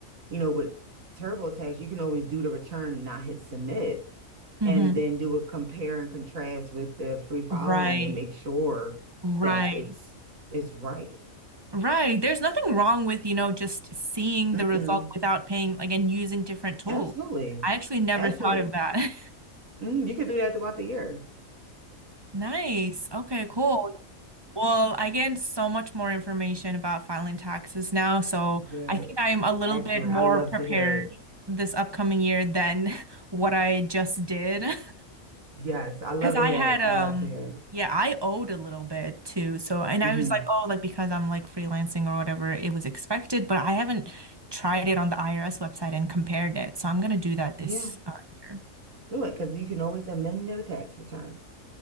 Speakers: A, on the right; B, on the right.
A: you know, with TurboTax, you can always do the return, not hit submit,
B: hmm
A: and then do a compare and contrast with the free filing
B: Right.
A: and make sure
B: Right.
A: that it's it's right.
B: Right. There's nothing wrong with, you know, just seeing
A: Mm-mm.
B: the result without paying, like, and using different tools.
A: Absolutely.
B: I actually never
A: Absolutely.
B: thought of that. <laughs>
A: Mm, you could do that throughout the year.
B: Nice. Okay, cool. Well, I get so much more information about filing taxes now, so
A: <laughs> Good.
B: I think I'm a little
A: Excellent.
B: bit more
A: I love
B: prepared
A: to hear it.
B: this upcoming year than <laughs> what I just did. <laughs>
A: Yes, I love
B: Because
A: to
B: I
A: hear
B: had
A: it. I
B: um
A: love to hear it.
B: yeah, I owed a little bit too. So and
A: hmm
B: I was like, oh, like because I'm like freelancing or whatever, it was expected, but I haven't tried it on the IRS website and compared it. So I'm gonna do that
A: Yeah,
B: this uh, year.
A: do it because you can always amend their tax return.